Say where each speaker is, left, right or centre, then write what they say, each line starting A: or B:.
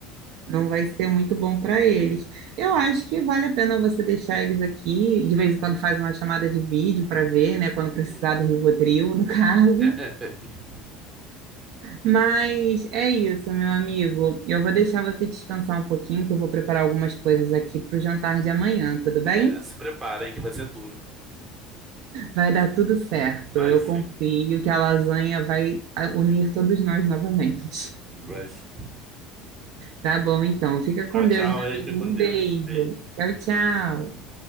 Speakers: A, on the right; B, on the right.
A: Não vai ser muito bom para eles. Eu acho que vale a pena você deixar eles aqui, de vez em quando
B: Uhum,
A: faz uma chamada de vídeo para ver, né, quando precisar
B: uhum.
A: do Rivotril, no <laughs> caso.
B: <laughs>
A: Mas é isso, meu amigo. Eu vou deixar você descansar um pouquinho, que eu vou preparar algumas coisas aqui para o jantar de amanhã, tudo bem?
B: É, se preparem que vai ser duro.
A: Vai dar tudo certo.
B: Vai
A: Eu
B: sim,
A: confio que a lasanha vai ah, unir todos nós novamente. <laughs>
B: vai sim.
A: Tá bom, então. Fica com
B: Tchau, tchau
A: Deus, meu
B: aí,
A: amigo.
B: fica com
A: Um
B: Deus.
A: beijo.
B: Beijo.
A: Tchau, tchau.